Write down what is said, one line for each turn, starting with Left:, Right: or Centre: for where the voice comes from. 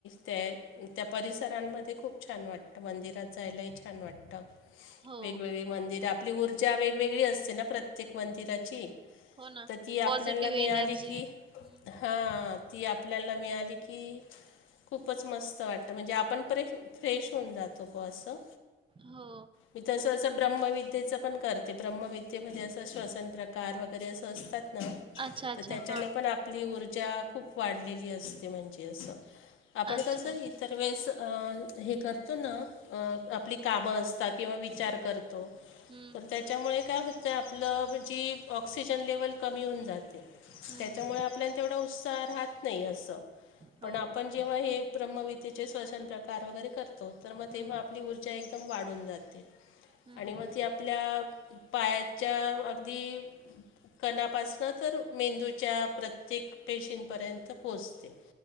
Left: त्या त्या परिसरांमध्ये खूप छान वाटतं मंदिरात जायलाही छान वाटतं.
Right: हो
Left: वेगवेगळी मंदिर आपली ऊर्जा वेगवेगळी असते ना प्रत्येक मंदिराची.
Right: हो ना
Left: तर ती
Right: पॉझिटिव्ह
Left: आपल्याला मिळाली
Right: एनर्जी
Left: की
Right: हम्म
Left: हा ती आपल्याला मिळाली की. खूपच मस्त वाटत म्हणजे आपण परे फ्रेश होऊन जातो पो असं.
Right: हो
Left: मी तसं असं ब्रह््हमविद्येचं पण करते ब्रह्मविद्येमध्ये असं श्वसन प्रकार वगैरे असं असतात ना.
Right: अच्छा अच्छा
Left: तर त्याच्याने
Right: हा
Left: पण आपली ऊर्जा खूप वाढलेली असते म्हणजे असं. आपण
Right: अच्छा
Left: कसं इतर वेळेस हे करतो ना. अ आपली कामं असतात किंवा विचार करतो.
Right: हम्म
Left: पण त्याच्यामुळे काय होतं आपलं म्हणजे ऑक्सिजन लेवल कमी होऊन जात.
Right: हम्म
Left: त्याच्यामुळे आपल्या तेवढा उत्साह राहत नाही अस पण
Right: हो
Left: आपण जेव्हा हे ब्रह्मविदेचे श्वसन प्रकार वगैरे करतो. तर मग
Right: हम्म
Left: तेव्हा आपली ऊर्जा एकदम वाढून जाते
Right: हम्म
Left: आणि मग ती आपल्या पायाच्या अगदी कणापासन तर मेंदूच्या प्रत्येक पेशींपर्यंत पोहोचते.